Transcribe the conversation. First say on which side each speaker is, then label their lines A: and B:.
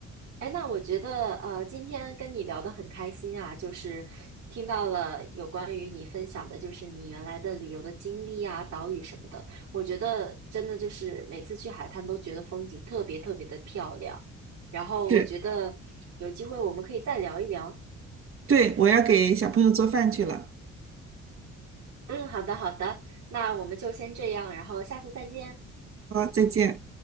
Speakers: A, on the right; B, on the right.
A: 哎，那我觉得呃，今天跟你聊得很开心啊，就是听到了有关于你分享的，就是你原来的旅游的经历啊、岛屿什么的。我觉得真的就是每次去海滩都觉得风景特别特别的漂亮。然后我觉得有机会我们可以再聊一聊。
B: 是，对，我要给小朋友做饭去了，
A: 嗯，好的好的，那我们就先这样，然后下次再见。
B: 好，再见。